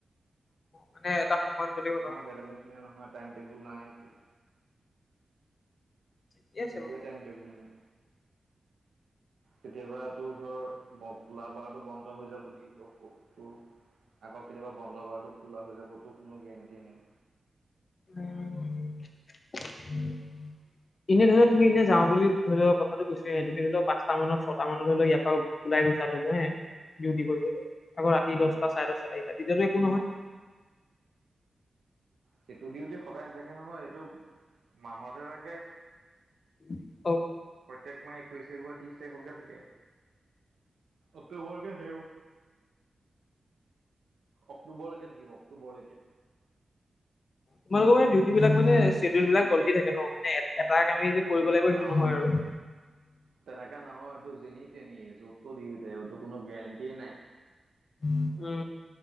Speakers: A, on the left (about 50°); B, on the right (about 85°).
A: মানে এটা সময়ত গ'লেই হ'ল
B: আমাৰ
A: আৰু ন
B: বেলেগৰ নিচিনা নহয় টাইম টেবুল নাই একো
A: ঠিকে আছে
B: একোৱে
A: বাৰু
B: টাইম টেবুল নাই
A: <inaudible>
B: কেতিয়াবা তোৰ ধৰ খোলা বাৰটো বন্ধ হৈ যাব, দি তোৰ আকৌ কেতিয়াবা বন্ধবাৰটো খোলা হৈ যাব তোৰ কোনো গেৰেণ্টি নাই।
A: উম। এনে ধৰি লও তুমি এনে যাওঁ বুলি ধৰি লও কথাটো কৈছোৱে তুমি ধৰি লও পাঁচটা মানত ছটা মানৰ ধৰি লও ইয়াৰ পৰা ওলাই গৈছা <unintelligible> ডিউটি কৰিবলৈ। আকৌ ৰাতি
B: আহ
A: দহটা চাৰে দহটাত আহিছা তেতিয়াটো একো নহয়।
B: সেইটো ডিউটি সদায় নাথাকে নহয়, এইটো মাহতহে থাকে।
A: <inaudible>
B: প্ৰত্যেক মাহ একৈশ <unintelligible> ত্ৰিশ তাৰিখৰ লৈকে থাকে, অক্টোবৰ লৈকে থাকিব। অক্টোবৰলৈকে থাকিব অক্টোবৰলৈকে।
A: তোমালোকৰ মানে ডিউটি বিলাক মানে চ্বেডিউল বিলাক বদলি থাকে ন, মানে এটা কামেই যে কৰিব লাগিব সেইটো
B: অ'
A: নহয় আৰু
B: তেনেকা নহয়। তোৰ যেনি তেনি য'তো ডিউটি থাকিব, তোৰ কোনো গেৰেণ্টিয়ে নাই।
A: উম,